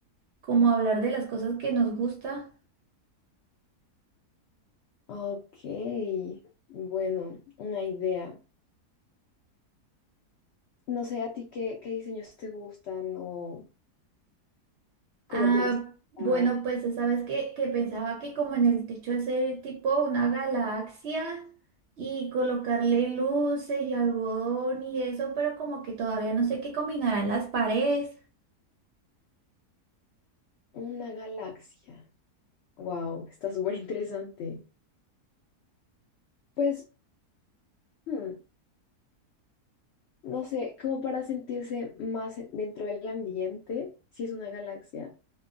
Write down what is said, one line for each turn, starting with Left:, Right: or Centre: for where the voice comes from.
Right: como hablar de las cosas que nos gusta.
Left: Ok, bueno, una idea. No sé a ti qué, qué diseños te gustan o cómo
Right: Ah,
Left: te gusta
Right: bueno,
Left: diseñar
Right: pues sabes que, que pensaba que como en el techo hacer tipo una galaxia y colocarle luces y algodón y eso, pero como que todavía no sé qué combinarán las paredes.
Left: una galaxia. Wow, está súper interesante. Pues, hmm, no sé, como para sentirse más dentro del ambiente, si es una galaxia.